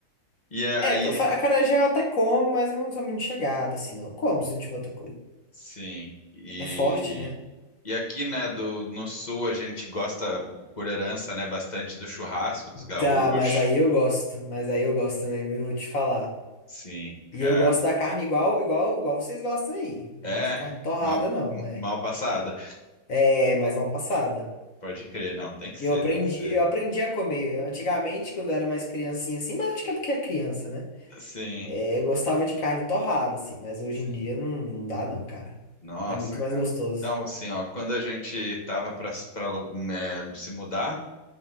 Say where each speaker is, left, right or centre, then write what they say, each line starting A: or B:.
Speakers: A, on the left; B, on the left.
A: E aí,
B: É, eu fa- acarajé eu até como, mas não sou muito chegado, assim, não. Como se não tiver outra coisa.
A: sim. E
B: É forte, né?
A: E aqui, né, do, no sul a gente gosta, por herança, né, bastante do churrasco dos gaúchos.
B: Tá, mas aí eu gosto. Mas aí eu gosto também, viu? Vou te falar.
A: Sim, cara.
B: E eu gosto da carne igual, igual, igual vocês gostam aí.
A: É,
B: Não gosto de carne torrada,
A: mal,
B: não, é.
A: mal passada.
B: É, mais mal passada.
A: Pode crer, não, tem que ser,
B: Eu aprendi,
A: tem que ser.
B: eu aprendi a comer. Antigamente, quando eu era mais criancinha, assim, mas acho que é porque é criança, né?
A: Sim,
B: É, eu gostava de carne torrada, assim, mas hoje
A: sim.
B: em dia não, não dá, não, cara.
A: Nossa,
B: É muito mais
A: cara.
B: gostoso.
A: Não, assim, ó, quando a gente tava pra, pra, é, se mudar,